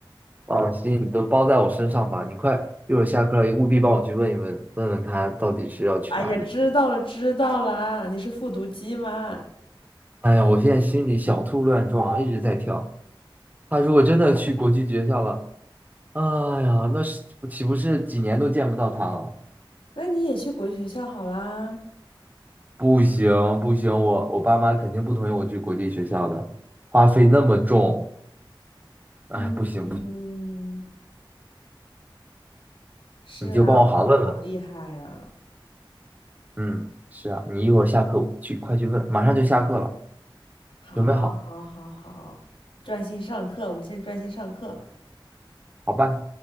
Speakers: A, on the right (about 20°); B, on the left (about 85°).
A: 放心，你都包在我身上吧，你快，一会儿下课了，务必帮我去问一问，问问他到底是要去哪里。
B: 哎呀，知道了知道了啊你是复读机嘛？
A: 哎呀，我现在心里小兔乱撞，一直在跳。他如果真的去国际学校了，哎呀，那是岂不是几年都见不到他了？
B: 那你也去国际学校好啦。
A: 不行不行，我我爸妈肯定不同意我去国际学校的，花费那么重，哎，
B: 嗯，
A: 不行不行，
B: 是啊，
A: 你就帮我好好问问。
B: 花呗好厉害呀、
A: 嗯，是啊，你一会儿下课去，快去问，马上就下课了，
B: 好，
A: 准备好，
B: 好，好，好，专心上课，我们先专心上课。
A: 好吧？